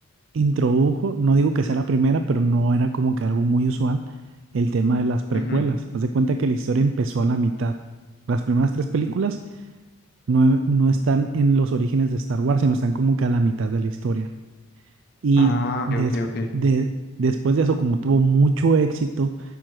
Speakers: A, on the right; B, on the left.
A: introdujo, no digo que sea la primera, pero no era como que algo muy usual, el tema de las precuelas.
B: ujú.
A: Haz de cuenta que la historia empezó a la mitad. Las primeras tres películas no, no están en los orígenes de Star Wars, sino están como que a la mitad de la historia. Y
B: Ah,
A: des-
B: ok, ok.
A: de- después de eso, como tuvo mucho éxito